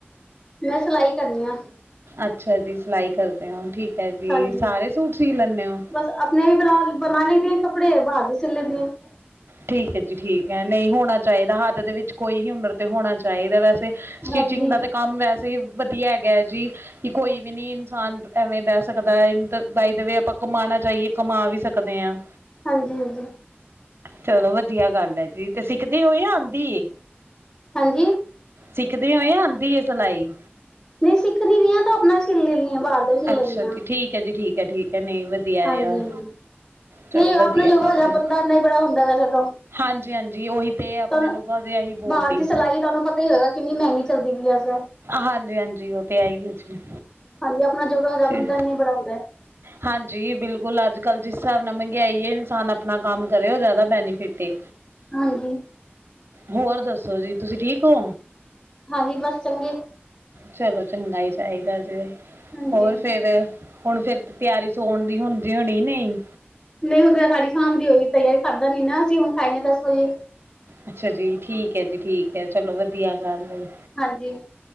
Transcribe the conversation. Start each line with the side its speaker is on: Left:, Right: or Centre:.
Left: ਮੈਂ ਸਿਲਾਈ ਕਰਨੀ ਆ
Right: ਅੱਛਾ ਜੀ ਸਿਲਾਈ ਕਰਦੇ ਹੋ ਠੀਕ- ਹੈ ਜੀ,
Left: ਹਾਂਜੀ
Right: ਸਾਰੇ ਸੂਟ ਸੀ ਲੈਂਦੇ ਹੋ?
Left: ਬਸ ਆਪਣੇ ਵੀ ਬਣਾ ਲਈਦੀ ਆ ਕੱਪੜੇ ਬਾਹਰ ਵੀ ਸਿਲੇ ਦੀ ਹ
Right: ਠੀਕ ਹੈ। ਜੀ ਠੀਕ ਹੈ। ਨਹੀ ਹੋਣਾ ਚਾਹੀਦਾ ਹਥ ਦੇ ਵਿਚ ਕੋਈ ਹੀ ਹੁਨਰ ਤੇ ਹੋਣਾ ਚਾਹੀਦਾ ਵੈਸੇ ਸਟਿਚਿੰਗ
Left: ਹਾਂਜੀ
Right: ਦਾ ਤਾਂ ਕੰਮ ਵੈਸੇ ਹੀ ਵਧੀਆ ਹੈਗਾ ਹੈ। ਜੀ ਕਿ ਕੋਈ ਵੀ ਨੀ ਇਨਸਾਨ ਐਵੇਂ ਬਹਿ ਸਕਦਾ ਬਾਈ ਦੇਵੇ ਆਪਾਂ ਕਮਾਣਾ ਚਾਈਏ ਕਮਾ ਵੀ ਸਕਦੇ ਹਾਂ
Left: ਹਾਂਜੀ ਹਾਂਜੀ
Right: ਚਲੋ ਵਧੀਆ ਗੱਲ ਹੈ। ਜੀ ਤੇ ਸਿਖਦੇ ਹੋ ਜਾਂ ਆਂਦੀ ਏ
Left: ਹਾਂਜੀ
Right: ਸਿਖਦੇ ਹੋ ਯਾ ਆਂਦੀ ਹੈ ਸਿਲਾਈ
Left: ਨਹੀਂ ਸਿੱਖਣੀ ਵੀ ਹੈ ਤਾਂ ਆਪਣਾ ਸਿਲ ਲੈਂਦੀ ਹਾਂ ਬਾਹਰ ਦਾ ਵੀ ਸਿਲ
Right: ਅੱਛਾ
Left: ਲੈਂਦੀ ਹਾਂ
Right: ਜੀ ਠੀਕ ਹੈ ਜੀ ਠੀਕ ਹੈ ਠੀਕ ਹੈ ਨਹੀਂ ਵਧੀਆ
Left: ਹਾਂਜੀ
Right: ਯਾਰ
Left: ਹਾਂਜੀ
Right: ਚਲੋ
Left: ਕੀ
Right: ਵਧੀਆ
Left: ਆਪਣੇ ਜੋਗਾ
Right: ਗੱਲ
Left: ਹੋ ਜਾ
Right: ਹੈ
Left: ਬੰਦਾ ਇਨਾ ਹੀ ਬੜਾ ਹੁੰਦਾ ਵੈਸੇ ਤਾਂ
Right: ਹਾਂਜੀ ਹਾਂਜੀ ਉਹੀ ਤੇ ਆਪਣੇ
Left: ਤੁਹਾਨੂੰ
Right: ਜੋਗਾ ਤੇ ਇਹੀ ਬਹੁਤ
Left: ਬਾਹਰ
Right: ਹੀ
Left: ਦੀ ਸਿਲਾਈ ਤੁਹਾਨੂੰ ਪਤਾ ਹੀ ਹੋਏਗਾ ਕਿਨੀ ਮਹਿਗੀ ਚਲਦੀ ਪਈ ਅਜ
Right: ਹਾਂਜੀ ਹਾਂਜੀ ਉਹ ਤੇ ਹੈ ਇ ਹੈ ਜੀ
Left: ਹਾਂਜੀ ਆਪਣਾ ਜੋਗਾ ਬੰਦਾ
Right: ਤੇ
Left: ਉਨਾ ਹੀ ਬੜਾ ਹੁੰਦਾ ਹੈ
Right: ਹਾਂਜੀ ਬਿਲਕੁਲ ਅੱਜ ਕਲ ਜਿਸ ਹਿਸਾਬ ਮਹਿੰਗਾਈ ਇਨਸਾਨ ਆਪਣਾ ਕਮ ਕਰੇ ਉਹ ਜ਼ਿਆਦਾ ਬੈਨੀਫਿਟ ਏ
Left: ਹਾਂਜੀ
Right: ਹੋਰ ਦਸੋ ਜੀ ਤੁਸੀ ਠੀਕ ਹੋ।
Left: ਹਾਂਜੀ ਬਸ ਚੰਗੇ
Right: ਚਲੋ ਚੰਗਾ ਹੀ ਚਾਹੀਦਾ ਜੇ
Left: ਹਾਂਜੀ
Right: ਹੋਰ ਫੇਰ ਹੁਣ ਫਿਰ ਤਿਆਰੀ ਸੋਣ ਦੀ ਹੁੰਦੀ ਹੋਣੀ ਨਹੀ
Left: ਨਹੀਂ ਹੁੰ ਤੇ ਸਾਡੀ ਸ਼ਾਮ ਦੀ ਹੋਈ ਪਈ ਹੈ ਖਾਦਾ ਨੀ ਨਾ ਅਸੀਂ ਹੁਣ ਖਾਈਗੇ ਦਸ ਵਜੇ
Right: ਅੱਛਾ ਜੀ ਠੀਕ ਹੈ ਜੀ ਠੀਕ ਹੈ ਚਲੋ ਵਧੀਆ ਗੱਲ
Left: ਹਾਂਜੀ